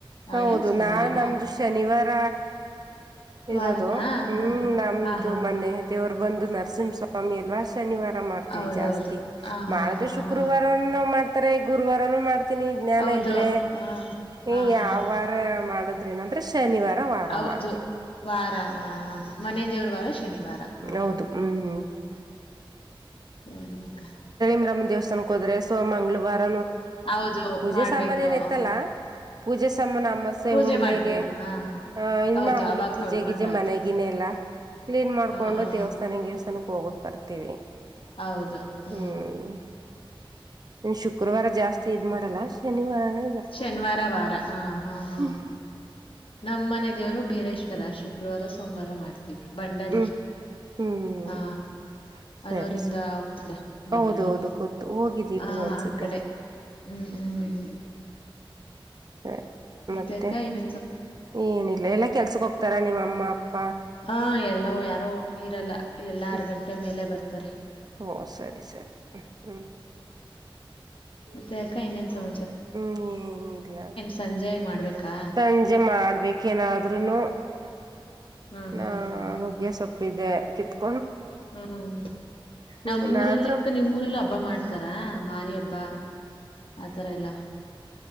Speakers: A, on the left; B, on the right.
A: ನಾಳೆ
B: ಹೌದು
A: ಸೋಮವಾರನಾ?
B: ನಾ ನಮ್ದು ಶನಿವಾರ ಇರೋದು
A: ವಾರನಾ?
B: ಹೂ
A: ಹಾ, ಹಾ.
B: ನಮ್ದು
A: ಆ, ಹಾ.
B: ಮನೆ ದೇವರು ಬಂದು ನರಸಿಂಹಸ್ವಾಮಿ ಅಲ್ವಾ ಶನಿವಾರ ಮಾಡ್ತವಿ
A: ಹೌದೌದು.
B: ಜಾಸ್ತಿ
A: ಆ, ಹಾ,
B: ಮಾಡ್ರೆ
A: ಹಾ,
B: ಶುಕ್ರವಾರ
A: ಹಾ.
B: ಮಾಡ್ತಾರೆ ಗುರುವಾರ ಮಾಡ್ತ ತಿನಿ ಜ್ಞಾನ
A: ಹೌದು.
B: ಇದ್ರೆ
A: ಆ,
B: ಈ
A: ಆ,
B: ಯಾವ
A: ಹಾ.
B: ವಾರ ಮಾಡುದು ಏನಂದ್ರೆ ಶನಿವಾರ ವಾರ
A: ಹೌದು
B: ಮಾಡ್ತಿವಿ
A: ವಾರ ಮನೆ ದೇವ್ರ ವಾರ ಶನಿವಾರ ಹಾ
B: ಹೌದು ಹ್ಮ್
A: ಹೂ ಕ
B: ಕರಮ್ ದಿವ್ಸ್ ಅನ್ ಹೋದ್ರೆ ಸೋ ಮಂಗಳವಾರ
A: ಹೌದು
B: ಪೂಜೆ
A: ಮಾಡ್ಬೇಕು
B: ಸಾಮಾನ್ ನ ಇತ್ತಲ್ಲ
A: ಹಾ
B: ಪೂಜೆ ಚಮ್ಮನಾಮಸೆ
A: ಪೂಜೆ
B: ಉಣ್ಮೆಗೆ
A: ಮಾಡ್ತೀರಾ ಹಾ ಹಾ
B: ಅ ಇನ್
A: ಹೌದು
B: ಮಾಮೂಲಿ
A: ಅವಾಗ
B: ಪೂಜೆ
A: ತೊಳ್ಕೊಂಡ್ರಾಯ್ತು
B: ಗಿಜೆ ಮನೆಗಿನೆಲ್ಲ ಕ್ಲೀನ್ ಮಾಡ್ಕೊಂಡು
A: ಹಾ ಹಾ
B: ದೇವಸ್ಥಾನಕ್ಕೆ ದೇವಸ್ಥಾನಕ್ಕೆ ಹೋಗಿಟ್ಟು ಬರ್ತೀವಿ
A: ಹೌದು ಹೂ
B: ಹ್ಮ್ ಇನ್ ಶುಕ್ರವಾರ ಜಾಸ್ತಿ ಇದ್ ಮಾಡಲ್ಲ ಶನಿವಾರನ
A: ಶನಿವಾರ ವಾರ ಹ ಹಾ ಹಾ
B: ಹ್ಮ್
A: ನಮ್ಮ್ ಮನೆ ದೇವರು ಬೀರೇಶ್ವರ ಶುಕ್ರವಾರ ಸೋಮವಾರ ಮಾಡ್ತೀವಿ ಬಂಡಾಲೀ
B: ಹ್ಮ್ ಹ್ಮ್
A: ಹಾ ಹನೂರಿಂದ
B: ಸರಿ ಸ
A: ಹೋಗ್ತದೆ ಬಂಡಲ್ಲಿ
B: ಹೌದೌದು ಗೊತ್ತು ಹೋಗಿದ್ದೀವಿ
A: ಹಾ
B: ಒಂದ್ಸತಿ
A: ಆ ಕಡೆ ಹ್ಮ್ ಹ್ಮ್
B: ಸರಿ ಮತ್ತೆ
A: ತೇಕ ಇನ್ನ
B: ಏನಿಲ್ಲ ಎಲ್ಲಾ ಕೆಲ್ಸಕ್ ಹೋಗ್ತಾರಾ ನಿಮ್ಮ ಅಮ್ಮ ಅಪ್ಪ
A: ಹಾ ಎಲ್ಲೋ ಯಾರೋ ಇರಲ್ಲ ಎಲ್ಲಾ
B: ಹ್ಮ್
A: ಆರ್ ಗಂಟೆ ಮೇಲೆ ಬರ್ತಾರೆ
B: ಓ ಸರಿ ಸರಿ ಹ್ಮ
A: ತಕ್ಕ ಇನ್ನನು ಸಮ
B: ಹ್ಮ್ ಏನಿಲ್ಲ
A: ಸಂಜೆಗ್ ಮಾಡ್ಬೇಕಾ
B: ಸಂಜೆ ಮಾಡ್ಬೇಕೇಏನಾದ್ರುನು
A: ಹಾ ಹಾ
B: ನಾ
A: ಹಾ
B: ನುಗ್ಗಿಯ ಸೊಪ್ಪಿದೆ ಕಿತ್ಕೊಂಡ
A: ಹ್ಮ ನಮ್ಮೂರಲ್ಲಕ್ಕ
B: ಏನಾದ್ರು
A: ನಿಮ್ಮ್ೂರಲ್ಲ ಹಬ್ಬ ಮಾಡ್ ಇತಾರಾ ಮಾರಿ ಹಬ್ಬಾ ಆತರ ಎಲ್ಲ